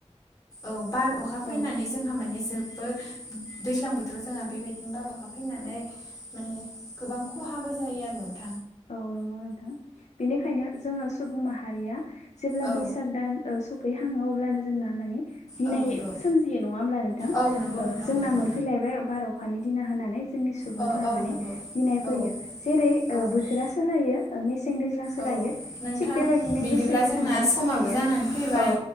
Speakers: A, on the left (about 30°); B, on the left (about 75°).
A: औ बार अखा फैनानै
B: औ
A: जोंहा माने जोबोद दैज्लां बोथोराव जोंहा बेबायदिनो बार अखा फैनानै माने गोबां खहाबो जायो आरो नों
B: औ नंगौ नोंथां बेनिखायनो जोङो सुबुं माहारिया जेब्ला
A: औ
B: बैसाग दान ओ सो फै हाङो अब्लानो जोंना माने गिनाय
A: औ नंगौ
B: सोमजियो नङा होमब्ला नोंथां
A: औ नंगौ
B: ओ
A: नोंथां
B: जोंना
A: नंगौ
B: मोनफैलाय बाय बार अखानि दिना होनानै जोंनि सुबुंफोरा
A: औ औ
B: माने
A: नंगौ
B: गिनाय फैयो
A: औ
B: जेरै ओ
A: औ नंगौ
B: बो थोरा सोलायो मेसें दैज्लां सोलायो
A: औ नोंथां
B: थिग बेबायदिनो
A: बिदिब्ला
B: गोसोनि
A: जोंना
B: साननायाबो
A: समाबो
B: सोलायो
A: जानानै फैबाय
B: औ